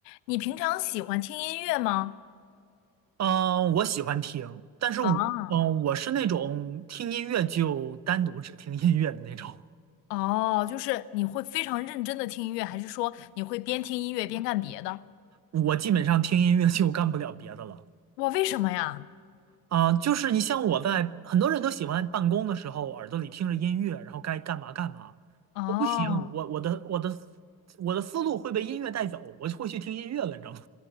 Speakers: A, on the left; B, on the right.
A: 你平常喜欢听音乐吗？
B: 嗯，我喜欢听，但是我，
A: 啊，
B: 嗯，我是那种听音乐就单独只听音乐的那种，
A: 哦，就是你会非常认真的听音乐，还是说你会边听音乐边干别的？
B: 我基本上听音乐就干不了别的了。
A: 我为什么呀？
B: 啊，就是你像我在，很多人都喜欢办公的时候耳朵里听着音乐，然后该干嘛干嘛。
A: 哦。
B: 我不行，我我的我的我的思路会被音乐带走，我就会去听音乐了，你知道吗？